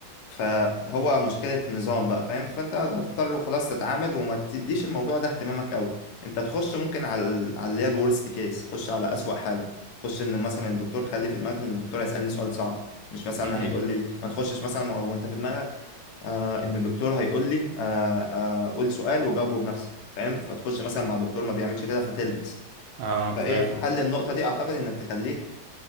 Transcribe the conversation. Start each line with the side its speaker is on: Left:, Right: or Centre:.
Left: فهو مشكلة نظام بقى فاهم فأنت هتضطر خلاص تتعامل وما تديش الموضوع ده اهتمامك أوي أنت تخش ممكن على ال- على اللي هي الورست كيس خش على أسوأ حالة خش إن مثلا الدكتور خلي في دماغك إن الدكتور هيسألني سؤال صعب مش مثلا
Right: امم
Left: هيقول لي ما تخشش مثلا وانت في دماغك آه ان الدكتور هيقول لي آه آه قول سؤال وجاوبه بنفسك فاهم فتخش مثلا مع دكتور ما بيعملش كده فتلبس
Right: اه
Left: فايه
Right: فاهم
Left: في حل النقطة دي اعتقد انك تخليك